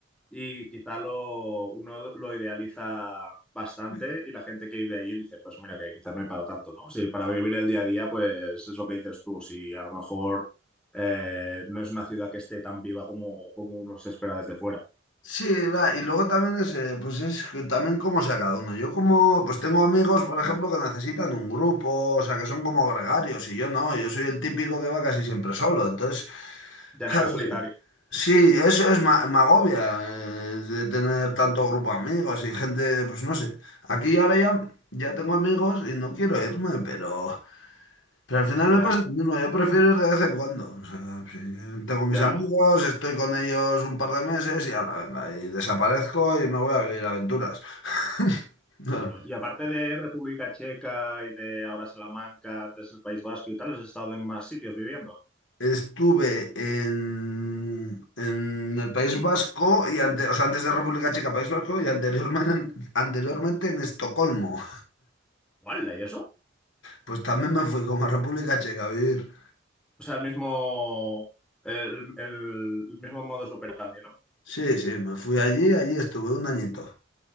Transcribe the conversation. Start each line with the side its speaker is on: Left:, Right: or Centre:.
Centre: Y quizá lo, uno lo idealiza bastante
Left: sí.
Centre: y la gente que vive allí dice, pues mira, que quizás no hay para tanto, ¿no? Sí, para vivir el día a día, pues es lo que dices tú, si a lo mejor eh, no es una ciudad que esté tan viva como, como uno se espera desde fuera.
Left: Sí, va, y luego también es, eh, pues es que también cómo sea cada uno. Yo como, pues tengo amigos, por ejemplo, que necesitan un grupo, o sea, que son como gregarios, y yo no, yo soy el típico que va casi siempre solo. Entonces, <laughs>
Centre: Llanero
Left: claro,
Centre: solitario.
Left: sí, Sí, eso es ma- me agobia, eh, de tener tanto grupo de amigos y gente, pues no sé. Aquí ahora ya, ya tengo amigos y no quiero irme, pero... Pero al final
Centre: Ya,
Left: me pasa lo mismo, yo prefiero ir de vez en cuando. O sea, si tengo mis
Centre: ya.
Left: amigos, estoy con ellos un par de meses y ala, venga, y desaparezco y me voy a vivir aventuras. <laughs> No.
Centre: Bueno, y aparte de República Checa y de ahora Salamanca, antes el País Vasco y tal, has estado en más sitios viviendo.
Left: Estuve en, en el País Vasco y ante, o sea, antes de República Checa, País Vasco y anteriormente, anteriormente en Estocolmo.
Centre: ¡Hala! ¿Y eso?
Left: Pues también me fui como a República Checa a vivir.
Centre: O sea, el mismo, el, el- el mismo modus operandi, ¿no?
Left: Sí, sí, me fui allí, allí estuve un añito.